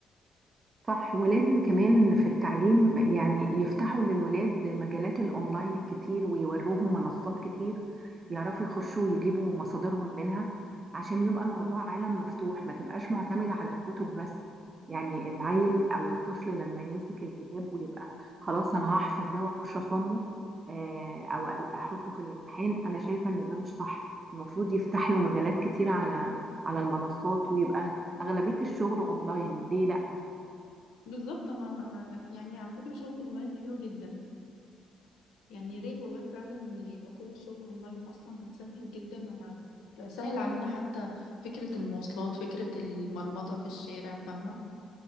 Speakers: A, on the right; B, on the left.
A: صح ولازم كمان في التعليم يعني يفتحوا للولاد مجالات الأونلاين الكتير ويوروهم منصات كتير يعرفوا يخشوا ويجيبوا مصادرهم منها عشان يبقى الموضوع عالم مفتوح ما تبقاش معتمد على الكتب بس يعني العيل أو الطفل لما يمسك الكتاب ويبقى خلاص أنا هحفظ ده وأخش أصمه آه، أو أحطه في الامتحان أنا شايفة إن ده مش صح المفروض يفتح له مجالات كتير على على المنصات ويبقى أغلبية الشغل أونلاين ليه لا
B: بالظبط انا يعني على فكرة شغل اونلاين حلو جدا يعني يا ريت والله فعلا يبقى كل الشغل اونلاين اصلا هتسهل جدا وهتسهل علينا حتى فكرة المواصلات فكرة المرمطة في الشارع فاهمة